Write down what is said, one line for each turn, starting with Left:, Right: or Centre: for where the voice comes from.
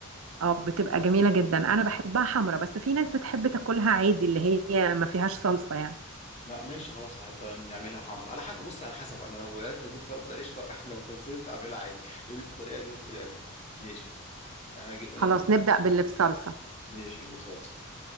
Right: اه بتبقى جميله جدا انا بحبها حمرا بس في ناس بتحب تاكلها عادي اللي هي ما فيهاش صلصه يعني
Left: لا ماشي خلاص هحب نعملها حمرا على حسب بص على حسب انا لو عرفت اجيب صلصه قشطه <laughs> لو كسلت اعملها عادي قولي لي الطريقه دي والطريقه دي ماشي هاجي...
Right: خلاص
Left: آه،
Right: نبدا باللي بصلصه
Left: ماشي اللي بصلصه